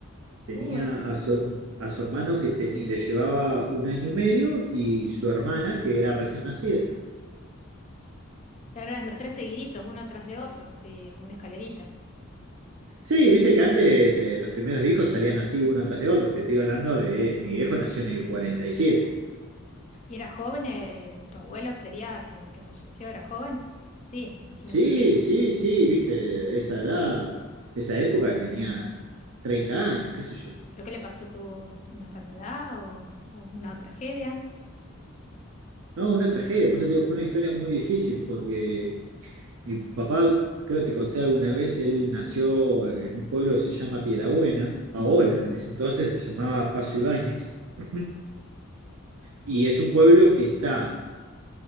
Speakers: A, on the right; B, on the left.
A: Tenía
B: Uh,
A: a su, her- a su hermano que tenía le llevaba un año y medio y su hermana que era recién nacida.
B: Claro, eran los tres seguiditos, uno tras de otro, sí, como una escalerita.
A: Sí, viste que antes eh, los primeros hijos salían así uno tras de otro. Te estoy hablando de eh, mi viejo nació en el cuarenta y siete
B: ¿Y era joven? eh, eh, ¿tu abuelo sería que, que falleció? ¿Era joven? Sí, imagino
A: Sí,
B: que sí.
A: sí, sí, viste, esa edad, esa época tenía 30 años, qué sé yo.
B: ¿Pero qué le pasó? ¿Tu, una enfermedad o, o una tragedia?
A: No, una tragedia, por eso te digo, fue una historia muy difícil, porque mi papá, creo que te conté alguna vez, él nació en un pueblo que se llama Piedrabuena, ahora,
B: Ujú,
A: en ese entonces se llamaba Paso Ibáñez, <clears throat> y es un pueblo que está,